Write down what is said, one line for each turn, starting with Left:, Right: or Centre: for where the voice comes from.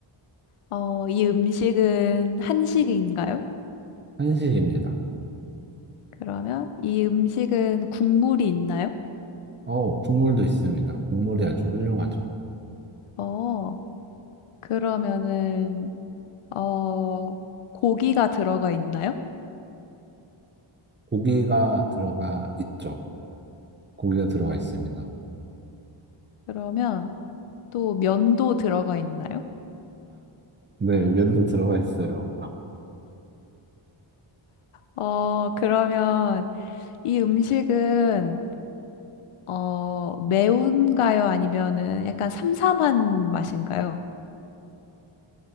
Left: 어, 이 음식은 한식인가요?
Right: 한식입니다.
Left: 그러면 이 음식은 국물이 있나요?
Right: 어, 국물도 있습니다. 국물이 아주 훌륭하죠.
Left: 어, 그러면은 어, 고기가 들어가 있나요?
Right: 고기가 들어가 있죠. 고기가 들어가 있습니다.
Left: 그러면 또 면도 들어가 있나요?
Right: 네, 면도 들어가 있어요.
Left: 어, 그러면 이 음식은 어, 매운가요? 아니면은 약간 삼삼한 맛인가요?